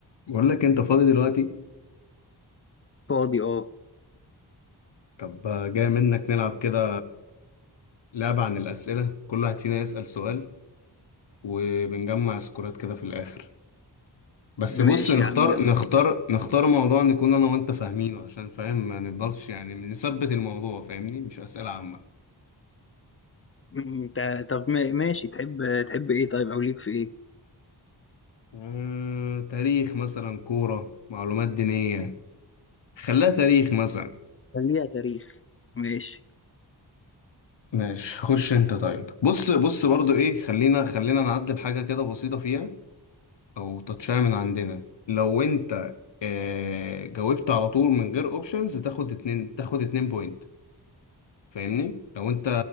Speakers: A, on the left; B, on the left.
A: بقول لك انت فاضي دلوقتي
B: فاضي اه
A: طب جاي منك نلعب كده لعبة عن الأسئلة كل واحد فينا يسأل سؤال وبنجمع سكورات كده في الآخر بس
B: ماشي
A: بص نختار
B: يا عم يلا
A: نختار نختار موضوع نكون أنا وأنت فاهمينه عشان فاهم ما نفضلش يعني نثبت الموضوع فاهمني مش أسئلة عامة
B: انت طب ما- ماشي تحب تحب ايه طيب او ليك في ايه
A: آه، تاريخ مثلا كورة معلومات دينية خليها تاريخ مثلا
B: خليها تاريخ ماشي
A: ماشي خش انت طيب بص بص برضو ايه خلينا خلينا نعدل حاجة كده بسيطة فيها او تاتشاية من عندنا لو انت آه، جاوبت على طول من غير اوبشنز تاخد اتنين تاخد اتنين بوينت فاهمني لو انت